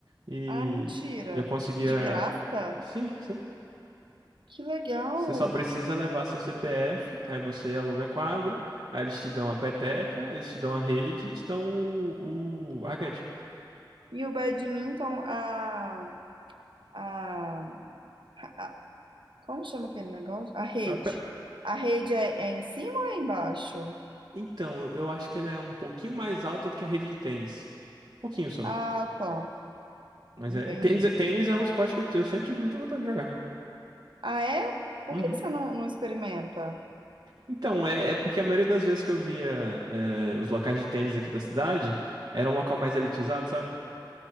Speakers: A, on the right; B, on the right.
A: E
B: Ah, mentira.
A: eu conseguia...
B: De graça?
A: Sim, sim.
B: Que legal.
A: Você só precisa levar seu CPF, aí você aluga a quadra, aí eles te dão a peteca, eles te dão a rede e te dão o, o... a raquete.
B: E o badminton, a, a, a- como chama aquele negócio? A rede.
A: A pe-
B: A rede é, é em cima ou é embaixo?
A: Então, eu acho que ela é um pouquinho mais alta do que a rede de tênis. Um pouquinho só.
B: Ah, tá.
A: Mas
B: Entendi.
A: é... Tênis, é- tênis é um esporte que eu, eu sempre tive muita vontade de jogar.
B: Ah, é? Por
A: Uhum.
B: que que você não, não experimenta?
A: Então, é, é porque a maioria das vezes que eu via é, os locais de tênis aqui da cidade, era um local mais elitizado, sabe?